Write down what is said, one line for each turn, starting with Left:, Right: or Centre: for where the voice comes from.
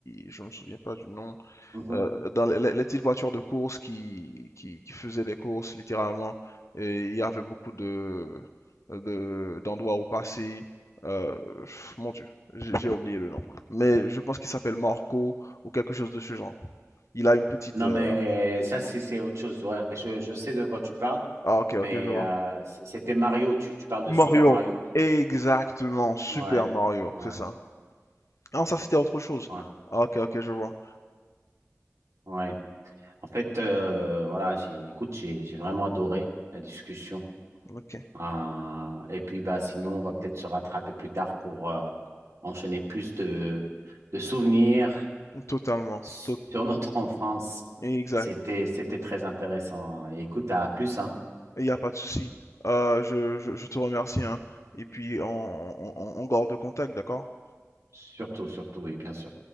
Left: et- je me souviens pas du nom,
Right: Mhm.
Left: euh, dans les, les- les petites voitures de course qui, qui, qui faisaient des courses littéralement. Et il y avait beaucoup de, de- d'endroits où passer. Euh, pff, mon Dieu, j'ai j'ai oublié le nom. Mais je pense qu'il s'appelle Marco ou quelque chose de ce genre. Il a une petite.
Right: Non,
Left: euh,
Right: mais ça, c'est c'est autre chose. Ouais, je, je sais de quoi tu parles,
Left: Ah ok
Right: mais
Left: ok je vois.
Right: euh, c- c'était Mario. Tu, tu parles de
Left: Mario,
Right: Super Mario?
Left: exactement, Super
Right: Ouais,
Left: Mario,
Right: ouais,
Left: c'est ça. Ah, ça c'était autre chose.
Right: ouais,
Left: Ah, ok, ok, je vois.
Right: ouais. En fait, euh, voilà, j'ai, écoute, j'ai, j'ai vraiment adoré la discussion.
Left: Ok,
Right: Euh, et puis, bah, sinon, on va peut-être se rattraper plus tard pour euh, enchaîner plus de, de souvenirs.
Left: totalement.
Right: sur
Left: Tot-
Right: notre enfance.
Left: exact.
Right: C'était, c'était très intéressant. Écoute, à plus, hein.
Left: Il n'y a pas de souci. Euh, je, je- je te remercie, hein. Et puis, on, on on- on garde contact, d'accord?
Right: Surtout, surtout, oui, bien sûr.